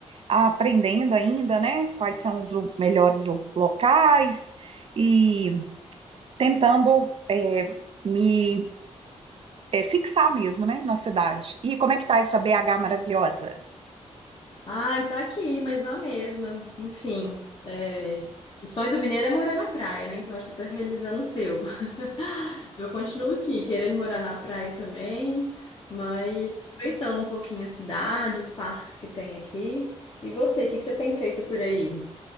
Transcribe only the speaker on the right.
aprendendo ainda, né, quais são os lu- melhores lu- locais e tentando é, me é, fixar mesmo, né, na cidade. E como é que tá essa BH maravilhosa?